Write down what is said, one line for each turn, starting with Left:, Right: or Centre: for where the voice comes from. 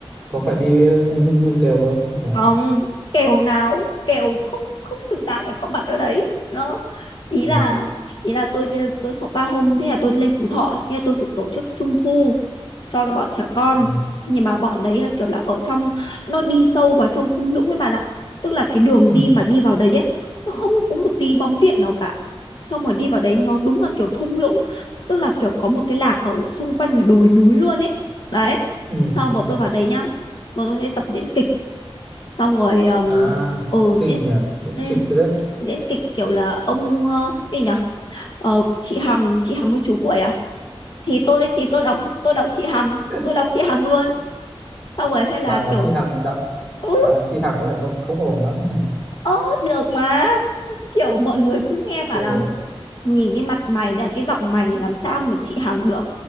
Centre: có phải đi với anh Hưng Hưng Kiều không không phải
Left: không
Centre: à?
Left: kèo nào kèo không không xứng đáng để có mặt ở đấy đó ý
Centre: ừ.
Left: là ý là tôi lên- tôi họp ba hôm thế là tôi lên Phú Thọ thế là tôi chụp tổ chức trung thu cho cái bọn trẻ con
Centre: ừ
Left: nhưng mà bọn đấy là kiểu là ở trong nó đi sâu vào trong thung lũng ấy bạn ạ tức là cái đường
Centre: ừ
Left: đi mà đi vào đấy ấy nó không có một tí bóng điện nào cả xong rồi đi vào đấy nó đúng là kiểu thung lũng tức là kiểu có một cái làng ở xung quanh là đồi núi luôn ấy đấy
Centre: ừ
Left: sau
Centre: ừ
Left: bọn tôi vào đấy nhá bọn tôi sẽ tập diễn kịch xong rồi um,
Centre: à
Left: ừ
Centre: kinh
Left: diễn
Centre: nhỉ những
Left: ừ,
Centre: kịch cái đấy
Left: diễn kịch kiểu là ông ờ, gì nhỉ ờ, chị Hằng chị Hằng với chú Cuội à thì tôi thì tôi đóng tôi đóng chị Hằng
Centre: <laughs>
Left: tôi đóng chị Hằng luôn xong rồi hay là
Centre: bà Đặng
Left: kiểu
Centre: chí Hằng đậm
Left: ừ
Centre: bà Đặng chí Hằng có vẻ không không ổn lắm <laughs>
Left: ớ được mà <laughs> kiểu mọi người cứ nghe bảo
Centre: ừ.
Left: là nhìn cái mặt mày là cái giọng mày làm sao mà chị Hằng được